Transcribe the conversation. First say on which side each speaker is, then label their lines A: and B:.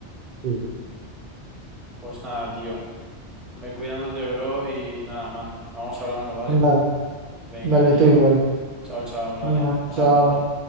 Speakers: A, on the right; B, in the centre.
A: Sí.
B: Pues nada, tío. Ve cuidándote, bro, y nada, man. Vamos hablando, ¿vale?
A: Dale,
B: Venga,
A: dale
B: tío.
A: tú igual.
B: Chao, chao, dale.
A: Ah,
B: Un
A: chao.
B: abrazo.